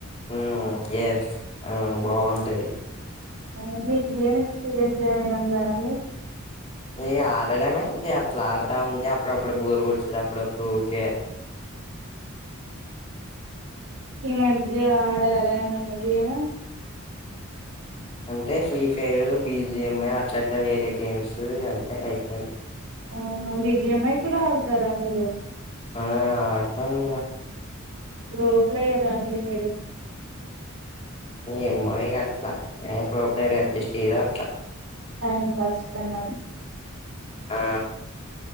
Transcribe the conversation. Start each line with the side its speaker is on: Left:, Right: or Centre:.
Left: హ ఏస్ ఆ బావుంటయి
Right: అలాగే గేమ్ ఎక్స్పీరియన్స్ ఏమైనా ఉందా అండి
Left: ఇ ఆడడమే అట్లా ఆడతా ఉంటే అప్పుడప్పుడు బోరు కుడుస్తుంది అప్పుడప్పుడు ఊకే
Right: ఈ మధ్య ఆడార మ నాకేమో
Left: అంటే free fire, B G M I అట్లట్లా వేరే గేమ్స్ అంతే ఐపోయింది.
Right: అవునా బి జి ఎం ఐ కూడా ఆడతారా మీరు
Left: ఆ ఆడతంగా
Right: ఇప్పుడుఓ ప్లేయరా అండి మీరు
Left: ఎమ్మయి అట్లా న ప్రోపర్ అడ్జస్ట్ చేయదు అట్లా
Right: టైమ్ పాస్ కన్నట్టు
Left: ఆ